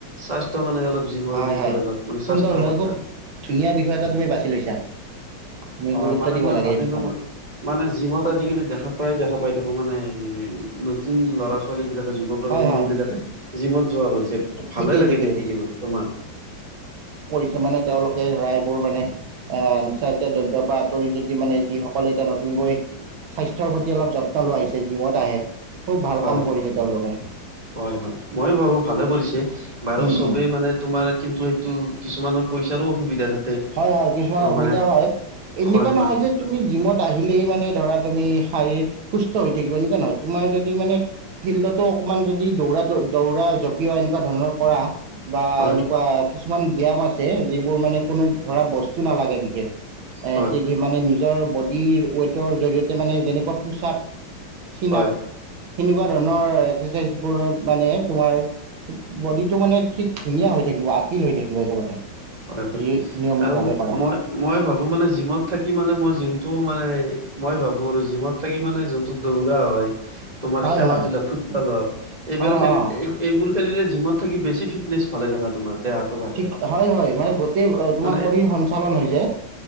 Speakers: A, on the right; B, on the right.
A: স্বাস্থ্য মানে অলপ জিমৰ
B: হয়
A: বিষয়ে
B: হয়
A: অলপ মানে স্বাস্থ্যৰ
B: সুন্দৰ সুন্দৰ
A: কথা
B: খুব ধুনীয়া বিষয় এটা তুমি বাছি লৈছা। আমি
A: হয়
B: গুৰুত্ব
A: মানে
B: দিব
A: মই
B: লাগে
A: ভাবিলো
B: এই বিষয়ে
A: মই মানে জিমত আজিকালি দেহা প্ৰায় দেখা পাই থাকো মানে নতুন ল'ৰা ছোৱালী বিলাকে যুৱ প্ৰজন্ম
B: হয় হয়
A: বিলাকে জিমত যোৱা কৰিছে
B: ঠিকেই
A: ভালেই লাগে
B: ঠিকেই
A: দেখি কিনো তোমাৰ
B: কিছুমানে তেওঁলোকে ৰায়বোৰ মানে আহ নিচা জাতিয় দ্ৰব্যৰ পৰা আঁতৰি যদি মানে যিসকল এতিয়া নতুন বৈ স্বাস্থ্যৰ প্ৰতি অলপ যত্ন লোৱা হৈছে জিমত আহে খুব ভাল
A: হয়
B: কাম কৰিছে তেওঁলোকে
A: হয় হয় মই ভাবো ভালে কৰিছে বাৰু
B: উম
A: চবেই
B: উম
A: মানে তোমাৰ কিন্তু এটো কিছুমানৰ পইচাৰো অসুবিধা থাকে।
B: হয় হয় কিছুমান
A: অ
B: অসুবিধা
A: মানে
B: হয় এনেকুৱা
A: হয় হয়
B: নহয় যে তুমি জিমত আহিলেই মানে ধৰা তুমি শাৰীৰিক সুস্থ হৈ থাকিবা এনেকুৱা নহয় তোমাৰ যদি মানে ফিল্ডতো অকমান যদি দৌৰা দৌ, দৌৰা জপিও এনেকুৱা ধৰণৰ কৰা বা
A: হয়
B: এনেকুৱা কিছুমান ব্যায়াম আছে যিবোৰ মানে কোনো ধৰা বস্তু নালাগে বিশেষ এতিয়া
A: হয়
B: কি মানে নিজৰ বডিৰ ওৱেটৰ জৰিয়তে মানে যেনেকোৱা পুশআপ চিন-আপ
A: হয় হয়
B: সেনেকোৱা ধৰণৰ এক্সেৰচাইজবোৰত মানে তোমাৰ বডিটো মানে ঠিক ধুনীয়া হৈ থাকিব আতিল হৈ থাকিব একেবাৰে
A: হয় হয়
B: যদি নিয়মিতভাৱে
A: আৰু
B: কৰা
A: মই মই ভাবো মানে জিমত থাকি মানে মই যোনটো মানে, মই ভাবোঁ আৰু জিমত থাকি মানে, যোনটো দৌৰা হয়, তোমাৰ
B: হয়
A: খেলা
B: হয়
A: ধূলা ফুটবল হওক এবিলাক
B: অ
A: খেলিলে
B: অ
A: এইবোৰ খেলিলে জিমত থাকি বেছি ফিটনেছ ভালে থাকে তোমাৰ দেহাটো ভালে
B: ঠিক
A: থাকে
B: হয় হয় মানে গোটেই তোমাৰ
A: মানে
B: শৰীৰ সঞ্চালন হৈ যায়